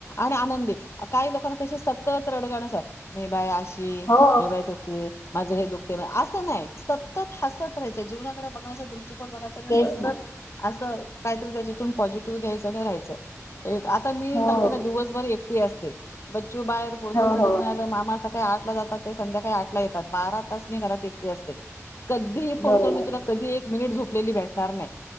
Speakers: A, on the left; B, on the left.
A: आनंदी काही लोकांना कशी सतत रडगाणच मी बाय अशी.
B: हो
A: मी बाय तशी. माझं हे दुःखते असं नाही. सतत हसत राहायचं जीवनाकडे बघण्याच्या दृष्टी कोन बघायच
B: तेच
A: सतत
B: ना
A: अस. काहीतरी त्याच्यातून पॉझिटिव्ह घ्यायचं आणि राहायचं. एक आता मी
B: हो
A: सांगते ना दिवसभर एकटी असते. बच्चू बाहेर बोडगेच
B: हो
A: लग्न
B: हो
A: आलं मामा सकाळी आठ ला जातात. ते संध्याकाळी आठ ला येतात. बारा तास मी घरात एकटी असते. कधीही फोन
B: बरोबर
A: कर मी तुला. कधी ही एक मिनिट झोपलेली भेटणार नाही.